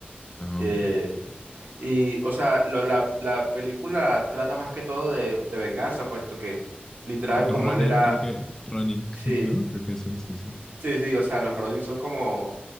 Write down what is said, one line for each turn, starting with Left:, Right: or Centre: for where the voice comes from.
Left: No,
Right: Eh,
Left: hombre, qué fuerte.
Right: y, o sea, lo- la, la película trata más que todo de, de venganza, puesto que literal,
Left: Porque
Right: como
Left: Ronin,
Right: él era,
Left: creo que Ronin,
Right: sí,
Left: <laughs> ¿no? Creo que eso, sí, sí.
Right: sí, sí, o sea, los Ronin son como,